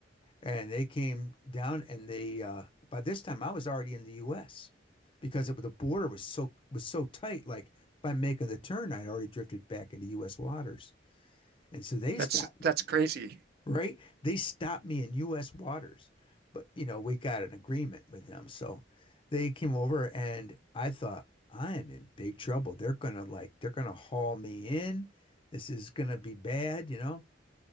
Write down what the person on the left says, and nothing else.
and they came down and they uh, by this time I was already in the US because it, the border was so was so tight like by making the turn I'd already drifted back into US waters. And so they
stopped
right? They stopped me in US waters. But you know, we got an agreement with them. So they came over and I thought I am in big trouble. They're gonna like they're gonna haul me in. This is gonna be bad, you know.